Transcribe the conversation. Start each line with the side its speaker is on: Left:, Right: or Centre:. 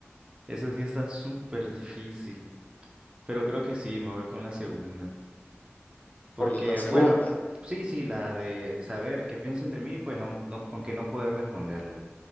Right: eso sí está súper difícil, pero creo que sí, me voy con la segunda, porque
Left: por la segunda.
Right: bueno, sí, sí, la de saber qué piensan de mí, pues aun- no- aunque no poder responderle.